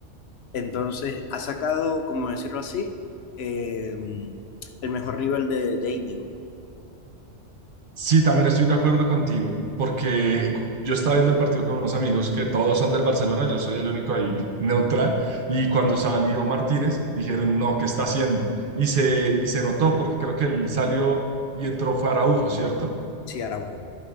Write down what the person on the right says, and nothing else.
Sí, también estoy de acuerdo contigo, porque cu- yo estaba viendo el partido con unos amigos que todos son del Barcelona, yo soy el único ahí neutral, y cuando salió Martínez dijeron, no, ¿qué está haciendo? Y se, y se notó, porque creo que él salió y entró fue Araujo, ¿cierto?